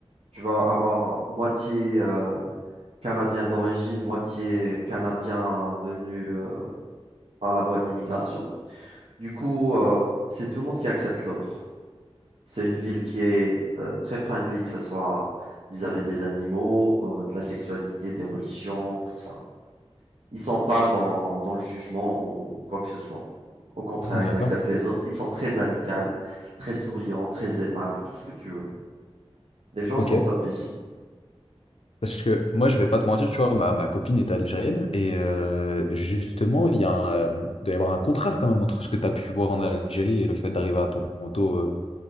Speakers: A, on the right; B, on the left.
A: tu vas avoir moitié euh, Canadien d'origine, moitié Canadien venu euh, par la voie de l'immigration. Du coup, euh, c'est tout le monde qui accepte l'autre. C'est une ville qui est euh, très friendly, que ce soit vis-à-vis des animaux, euh, de la sexualité, des religions, tout ça. Ils sont pas dans, dans le jugement ou quoi que ce soit. Au contraire,
B: d'accord.
A: ils acceptent les autres. Ils sont très amicaux, très souriants, très aimables, tout ce que tu veux. Les gens
B: Ok.
A: sont top ici.
B: Parce que moi, je vais pas te mentir, tu vois, ma, ma copine est algérienne et euh, justement, il y a un, euh, il doit y avoir un contraste quand même entre ce que tu as pu voir en Algérie et le fait d'arriver à Toronto. euh,